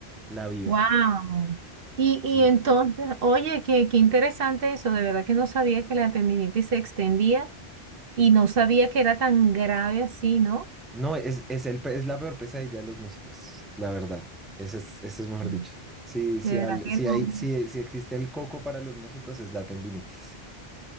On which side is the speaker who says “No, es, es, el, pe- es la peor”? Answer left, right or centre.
Centre